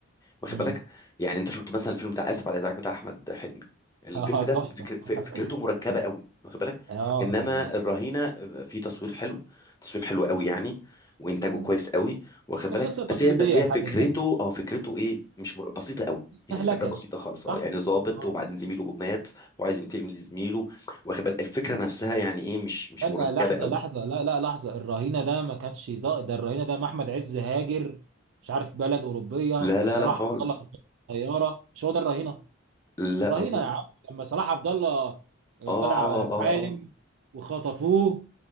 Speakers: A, on the left (about 15°); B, on the right (about 70°).
A: واخد
B: امم
A: بالك يعني انت شفت مثلا الفيلم بتاع اسف على الازعاج بتاع احمد حلمي الفيلم
B: اه
A: ده
B: تحفة
A: فكر...
B: <laughs>
A: ف- فكرته مركبه قوي واخد بالك
B: اه
A: انما
B: ده ده
A: الرهينه آه، في تصوير حلو تصوير حلو قوي يعني وانتاجه
B: آه.
A: كويس قوي واخد
B: بس
A: بالك
B: قصة تقليدية
A: بس هي بس هي
B: لحد
A: فكرته
B: ما
A: اه فكرته ايه مش مر... بسيطه قوي يعني
B: مهلكة
A: الفكره بسيطه خالص
B: صح؟
A: اه يعني ظابط
B: آه.
A: وبعدين زميله مات وعايز ينتقم لزميله واخد بالك الفكره نفسها يعني ايه مش مش
B: استنى
A: مركبه
B: لحظة
A: قوي
B: لحظة لا لا لحظة الرهينة ده ما كانش ز- ده الرهينة ده محمد عز هاجر مش عارف بلد أوروبية
A: لا
B: وصلاح
A: لا لا خالص
B: عبد الله في الطيارة مش هو ده الرهينة
A: لا
B: الرهينة
A: اظن
B: يا عم لما صلاح عبد الله
A: اه
B: طلع
A: اه
B: عالم
A: اه
B: وخطفوه